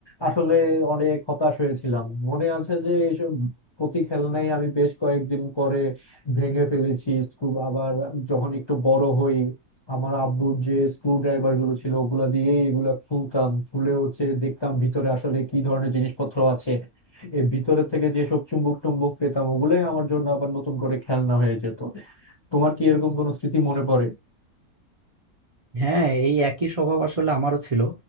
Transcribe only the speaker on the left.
আসলে অনেক হতাশ হয়েছিলাম মনে আছে যে এইসব প্রতি খেলনাই আমি বেশ কয়েকদিন পরে ভেঙে ফেলেছি স্ক্রু আবার যখন একটু বড় হই আমার আব্বুর যে স্ক্রু ড্রাইভার গুলো ছিল ওগুলা দিয়েই এগুলা খুলতাম খুলে হচ্ছে দেখতাম ভিতরে আসলে কি ধরনের জিনিসপত্র আছে এর ভিতরে থেকে যেসব চুম্বক টুম্বক পেতাম ওগুলাই আমার জন্য আবার নতুন করে খেলনা হয়ে যেত তোমার কি এরকম কোনো স্মৃতি মনে পড়ে